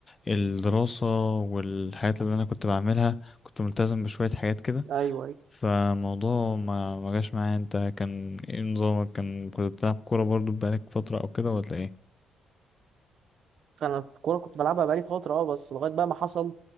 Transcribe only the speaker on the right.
ايوه ايوه
فانا الكوره كنت بلعبها بقالي فتره اه بس لغايه بقى ما حصل